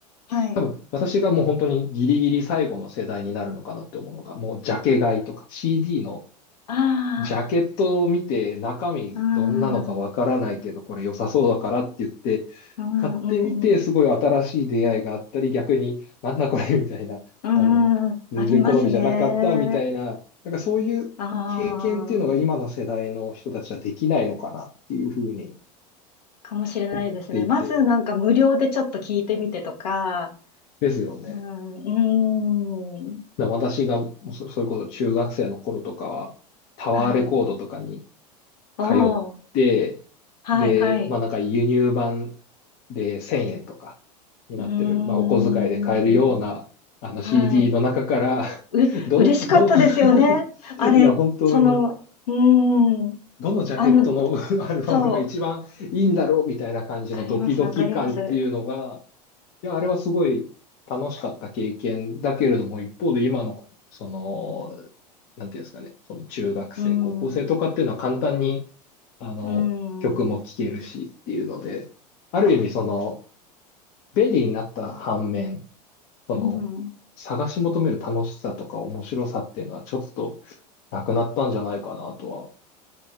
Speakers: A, on the left; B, on the left.
A: はい。
B: 多分私がもう本当にギリギリ最後の世代になるのかなって思うのが、もうジャケ買いとか CD の
A: あ
B: ジャケットを見て中身どんなのかわからないけどこれ良さそうだからって言って買ってみてすごい新しい出会いがあったり逆になんだこれみたいなあの全然好みじゃなかったみたいななんかそういう経験っていうのが今の世代の人たちはできないのかなっていうふうに
A: あ、うん、うん、うん、うん、うん、ありますね。ああ、かもしれないですね。
B: 思っていて
A: まずなんか無料でちょっと聞いてみてとか、
B: ですよね。
A: うん、うーん、
B: だから私がそうそそれこそ中学生の頃とかはタワーレコードとかに
A: はい。おー、
B: 通って、
A: はい、
B: で、
A: はい。
B: まあなんか輸入版で1000円とかになってる、
A: うーん、
B: まあお小遣いで買えるようなあの
A: はい。
B: CD の中から
A: う、
B: <laughs> どの、
A: 嬉しかったですよね。
B: ど、<laughs>
A: あれ、
B: いや本当に、
A: その、うーん、
B: どのジャケットの
A: あの、
B: <laughs> アルバムが一番いいんだろうみたいな感じのドキドキ感っていうのが、
A: そう、わかります、わかります。
B: いや、あれはすごい楽しかった経験だけれども、一方で今の、その、なんていうんですかね、その中学生、
A: うーん、
B: 高校生とかっていうのは簡単に、あの、
A: うーん、
B: 曲も聴けるしっていうので、
A: う
B: ある意味その、便利になった反面、その、
A: ーん、
B: 探し求める楽しさとか面白さっていうのはちょっとなくなったんじゃないかなとは、